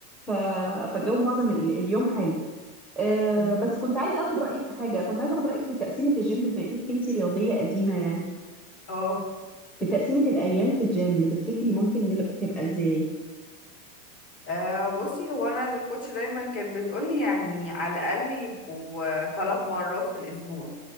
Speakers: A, in the centre; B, on the left.
A: ف... فالجو معظم ال... اليوم حلو آه
B: مم.
A: بس كنت عايزه اخد رايك في حاجه كنت عايزه اخد رايك في تقسيمه الجيم بما انك انت رياضيه قديمه يعني
B: اه
A: في تقسيمه الايام في الجيم تفتكري ممكن نل- تبقى ازاي
B: آه، بصي هو انا الكوتش دايما كانت بتقولي يعني على الاقل يبقوا ثلاث مرات في الاسبوع